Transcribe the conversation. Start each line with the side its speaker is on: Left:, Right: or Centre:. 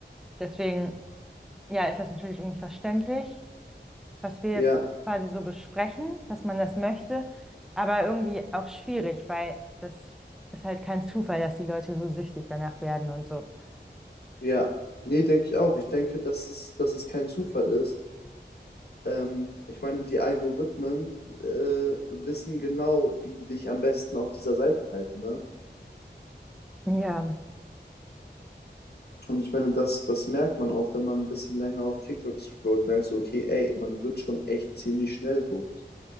Centre: Deswegen, ja, ist das natürlich irgendwie verständlich was wir
Left: ja,
Centre: jetzt quasi so besprechen, dass man das möchte, aber irgendwie auch schwierig, weil das ist halt kein Zufall, dass die Leute so süchtig danach werden und so.
Left: ja. Nee, denke ich auch. Ich denke, dass es, dass es kein Zufall ist. Ähm, ich meine, die Algorithmen äh, wissen genau, wie die dich am besten auf dieser Seite halten, ne?
Centre: Ja,
Left: Und ich meine, das, das merkt man auch, wenn man ein bisschen länger auf TikTok scrollt, merkst du, okay, ey, man wird schon echt ziemlich schnell hooked.